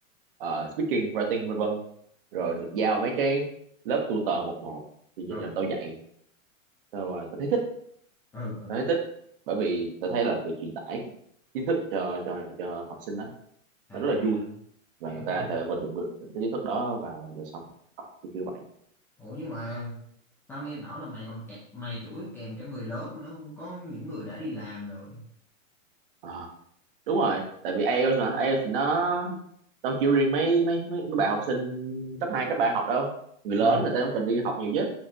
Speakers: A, on the right; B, in the centre.
A: ờ, speaking writing vân vân rồi được giao mấy cái lớp tutor một một thì
B: ừ,
A: dần dần tao dạy tao mà tao thấy thích
B: ừ, ừ.
A: tao thấy thích bởi vì tao thấy là việc truyền tải kiến thức cho cho cho học sinh đó
B: À,
A: nó rất là vui và
B: hiểu,
A: người ta
B: hiểu.
A: có thể vận dụng được những cái kiến thức đó vào đời sống Ờ, kiểu kiểu vậy
B: Ủa nhưng mà tao nghe bảo là mày còn kẹt, mày chủ yếu kèm cho người lớn mà nó có những người đã đi làm rồi.
A: Ờ. đúng rồi tại vì IELTS mà IELTS thì nó đâu chỉ riêng mấy mấy mấy, mấy bạn học sinh cấp 2 cấp 3 học đâu người lớn
B: Ừ,
A: người ta cũng cần đi học nhiều chứ